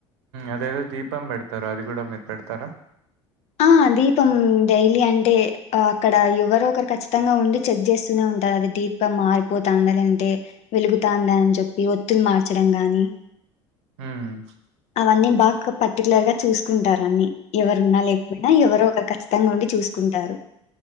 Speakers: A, on the right; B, on the left.
A: అదేదో దీపం పెడతారా అది కూడా మీరు పెడతారా
B: ఆ దీపం డైలీ అంటే అక్కడ ఎవరో ఒకరు ఖచ్చితంగా ఉండి చెక్ చేస్త ఉంట అ మార్ పోతాండాలంటే వెలుగుతాందా అని చెప్పి ఒత్తులు మార్చడం గాని
A: మ్
B: అవన్నీ బాక పట్ పర్టికులర్ గా చూసుకుంటారు అన్ని ఎవరు ఉన్నా లేకుయినా ఎవరు ఒక ఖచ్చితంగా ఉండి చూసుకుంటారు